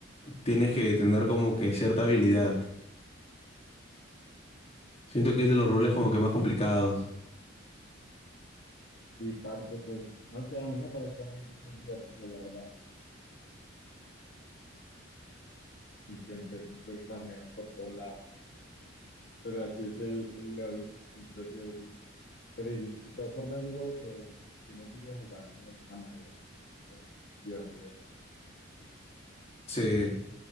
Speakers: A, on the left; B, on the left.
A: tienes que tener como que cierta habilidad. Siento que es de los roles como
B: Sí,
A: que más complicados.
B: sí, parte, pues, o sea, a mí me parecía muy, muy divertido, la verdad. Y siempre, siempre el flameo por todos lados. Pero así es el, el LOL, siempre ha sido así. Pero de, de todas formas es un juego que, que uno sigue jugando de alguna manera. porque es divertido.
A: Sí.